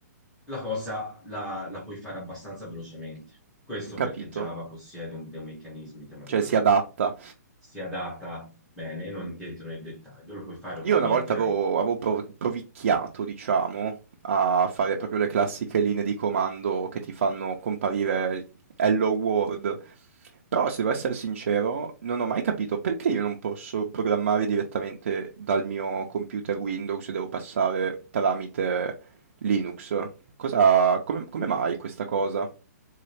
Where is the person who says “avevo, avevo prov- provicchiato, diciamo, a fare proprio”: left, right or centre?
Right